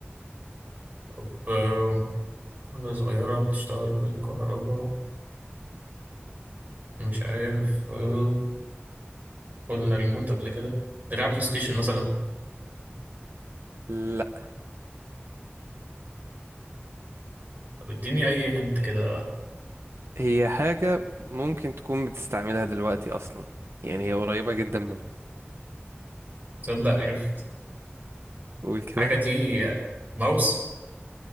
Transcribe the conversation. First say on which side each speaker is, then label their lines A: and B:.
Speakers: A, on the right; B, on the right.
A: طب آه، حاجة صغيرة بتشتغل بالكهرباء مش عارف أه... قلنا ريموت قبل كده دراع بلاي ستيشن مثلا
B: لا
A: طب اديني أي هنت كده
B: هي حاجة ممكن تكون بتستعملها دلوقتي أصلا يعني هي قريبة جدا منك
A: تصدق عرفت
B: قول كده
A: الحاجة دي ماوس